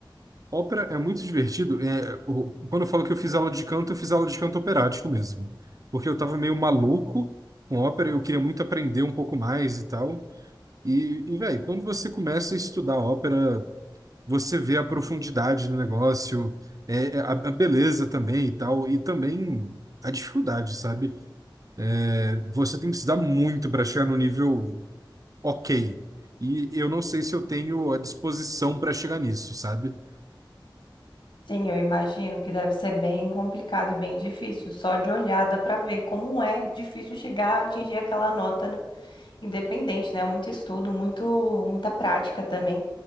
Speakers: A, on the right; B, on the left.
A: ópera é muito divertido. É, o- quando eu falo que eu fiz aula de canto, eu fiz aula de canto operático mesmo. Porque eu tava meio maluco com ópera, eu queria muito aprender um pouco mais e tal. E, e velho, quando você começa a estudar ópera, você vê a profundidade do negócio, é, é, a, a beleza também e tal, e também a dificuldade, sabe? É, você tem que estudar muito para chegar no nível ok. E eu não sei se eu tenho a disposição para chegar nisso, sabe?
B: Sim, eu imagino que deve ser bem complicado e bem difícil. Só de olhada para ver como é difícil chegar a atingir aquela nota independente, né? Muito estudo, muito, muita prática também.